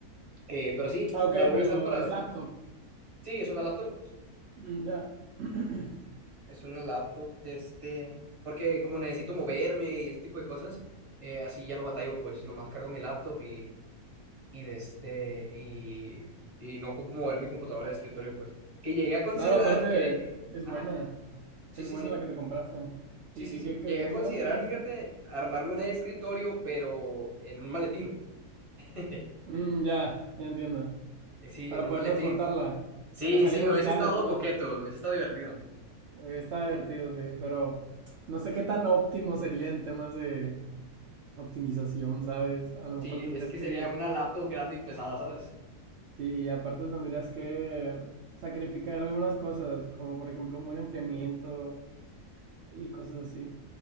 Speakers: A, on the right; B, on the right.
A: Eh, pero sí,
B: Ah, ok,
A: la voy
B: pero
A: a usar para.
B: es laptop.
A: Sí, es una laptop.
B: Mm, ya. <clears throat>
A: Es una laptop de este, porque como necesito moverme y este tipo de cosas, eh, así ya no batallo, pues nomás cargo mi laptop y, y de este, y, y no ocupo mover mi computadora de escritorio, pues. Que llegué a considerar,
B: Claro, aparte
A: eh, eh,
B: es
A: ajá,
B: buena.
A: sí,
B: Es
A: sí,
B: buena
A: sí,
B: la que te compraste.
A: sí,
B: ¿Y,
A: sí,
B: y
A: sí,
B: qué,
A: llegué
B: qué consideraste,
A: a considerar,
B: dijiste?
A: fíjate, armarme una de escritorio, pero en un maletín. <laughs>
B: Mm, ya, ya entiendo.
A: Eh, Sí,
B: para
A: en un
B: poder
A: maletín.
B: transportarla.
A: Sí,
B: Que le salieran
A: sí, hubiese
B: los cables
A: estado
B: nomás.
A: coqueto, hubiese estado divertido.
B: Eh, Está divertido, sí, pero no sé qué tan óptimo sería en temas de optimización, ¿sabes? A lo mejor
A: Sí,
B: tendrías
A: es que
B: que,
A: sería una laptop grande y pesada, ¿sabes?
B: sí, aparte tendrías que sacrificar algunas cosas, como por ejemplo un buen enfriamiento y cosas así.